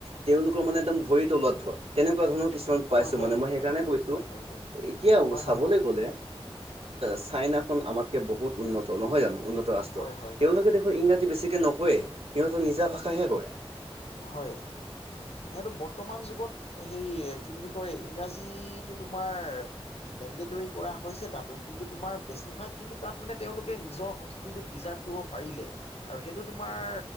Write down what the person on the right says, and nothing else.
তেওঁলোকৰ মানে একদম ভৰি তলত ধৰ। তেনেকুৱা ধৰণৰ কিছুমান পাইছ-
মই
মানে
সেইকাৰণে
কৈছোঁ
এতিয়া
চাবলে
গলে চাইনা। আমাতকে বহুত উন্নত নহয় জানো উন্নত
ৰাষ্ট্ৰ।
তেওঁলোকে দেখোন ইংৰাজী বেছিকে নকয়ে সিহঁতৰ নিজা ভাষাহে কয়।